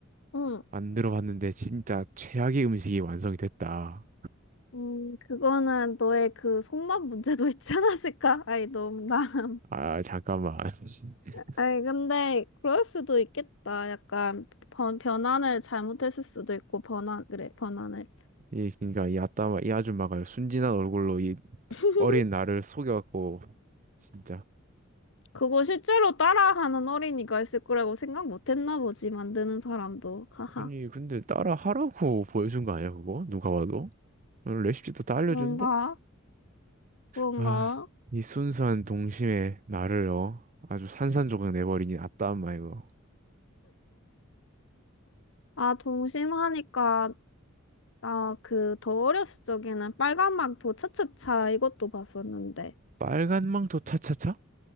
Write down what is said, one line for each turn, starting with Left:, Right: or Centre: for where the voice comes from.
Left: 응.
Right: 만들어 봤는데 진짜 최악의 음식이 완성이 됐다.
Left: 음, 그거는 너의 그 손맛 문제도 있지 않았을까? <laughs> 아이, 너무 나. <laughs>
Right: 아 잠깐만 <laughs>
Left: 아이, 근데 그럴 수도 있겠다. 약간 번, 변환을 잘못했을 수도 있고, 변환 그래, 변환을
Right: 이 그러니까 이 아따마 이 아줌마가 순진한 얼굴로 이
Left: <laughs>
Right: 어린 나를 속여갖고 진짜
Left: 그거 실제로 따라하는 어린이가 있을 거라고 생각 못 했나 보지, 만드는 사람도. <laughs>
Right: 아니 근데 따라 하라고 보여준 거 아니야 그거 누가 봐도 어, 레시피도 다 알려준데
Left: 뭔가 그런가?
Right: 아, 이 순수한 동심에 나를요. 아주 산산조각 내버리니 아따 엄마 이거.
Left: 아, 동심하니까 나 그 더 어렸을 적에는 빨간막 도차차차 이것도 봤었는데.
Right: 빨간 망토 차차차?